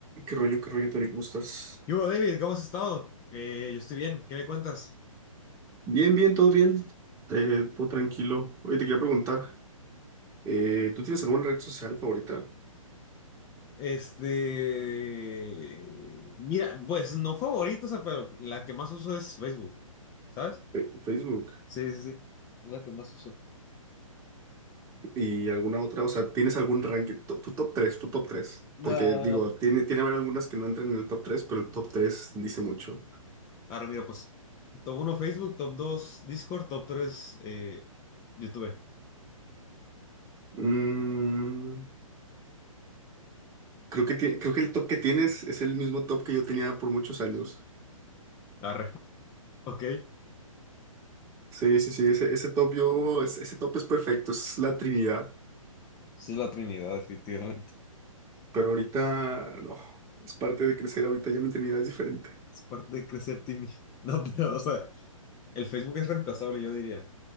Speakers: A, on the right (about 20°); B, on the left (about 20°).
A: ¿Qué rollo, qué rollo, Tony? ¿Cómo estás?
B: Yo, David, ¿cómo has estado? Eh, yo estoy bien, ¿qué me cuentas?
A: Bien, bien, todo bien. Eh, todo tranquilo. Oye, te quería preguntar, eh, ¿tú tienes alguna red social favorita?
B: Este, mira, pues no favorita, o sea, pero la que más uso es Facebook, ¿sabes?
A: Fe- Facebook
B: Sí, sí, sí, la que más uso.
A: y alguna otra, o sea, ¿tienes algún ranking? Tu, tu top 3, tu top 3. Porque
B: Ah.
A: digo, tiene, tiene haber algunas que no entran en el top 3, pero el top 3 dice mucho.
B: Ahora mira, pues, top uno Facebook, top 2 Discord, top 3 eh, YouTube.
A: Mm, creo que, ti- creo que el top que tienes es el mismo top que yo tenía por muchos años.
B: Arre, <laughs> ok.
A: Sí, sí, sí, ese, ese top yo, ese, ese top es perfecto, es la Trinidad.
B: Sí, es la Trinidad, definitivamente.
A: Pero ahorita, no, es parte de crecer. Ahorita ya mi eternidad es diferente.
B: Es parte de crecer, Timmy. <laughs> No, pero, o sea, el Facebook es reemplazable, yo diría.